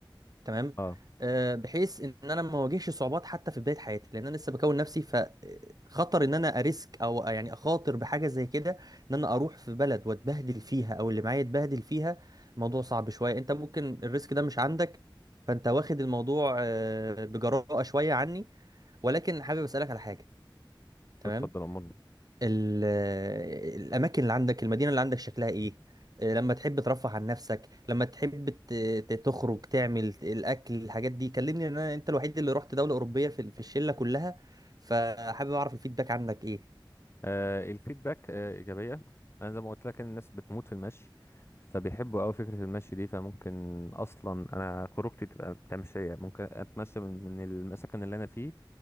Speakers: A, on the right (about 50°); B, on the left (about 30°).
A: تمام
B: اه
A: آه، بحيث ان انا ما اواجهش صعوبات حتى في بدايه حياتي لان انا لسه بكون نفسي فخطر ان انا اريسك او يعني اخاطر بحاجه زي كده ان انا اروح في بلد واتبهدل فيها او اللي معايا يتبهدل فيها الموضوع صعب شويه انت ممكن الريسك ده مش عندك فانت واخد الموضوع آه، بجراءه شويه عني ولكن حابب اسالك على حاجه تمام
B: اتفضل امرني
A: ال- الاماكن اللي عندك المدينه اللي عندك شكلها ايه آه، لما تحب ترفه عن نفسك لما تحب ت- ت- تخرج تعمل الاكل الحاجات دي كلمني لأن انا انت الوحيد اللي رحت دوله اوروبيه في ال- في الشله كلها فحابب اعرف الفيدباك عنك ايه
B: آه، الفيدباك آه، إيجابية أنا زي ما قلت لك إن الناس بتموت في المشي فبيحبوا أوي فكرة المشي دي فممكن أصلا أنا خروجتي تبقى تمشية ممكن أتمشى من من المسكن اللي أنا فيه